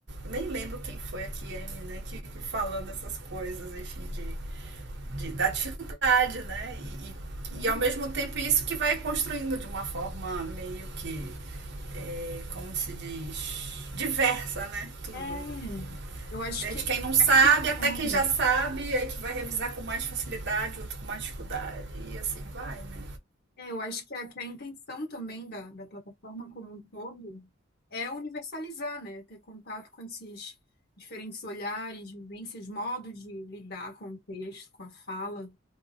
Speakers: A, on the right (about 60°); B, on the left (about 55°).
A: Nem lembro quem foi a Kiemi, né? Que, que falando essas coisas, enfim, de, de, da dificuldade, né? E, e,
B: Hum,
A: e ao mesmo tempo isso que vai construindo de uma forma meio que, é, como se diz, diversa, né? Tudo.
B: É, eu acho
A: Desde
B: que é a
A: quem não sabe
B: intenção
A: até quem já sabe, aí que vai revisar com mais facilidade, outro com mais dificuldade. E assim vai, né?
B: É, eu acho que a, que a intenção também da, da plataforma como um todo é universalizar, né? Ter contato com esses diferentes olhares, vivências, modos de lidar com o texto, com a fala,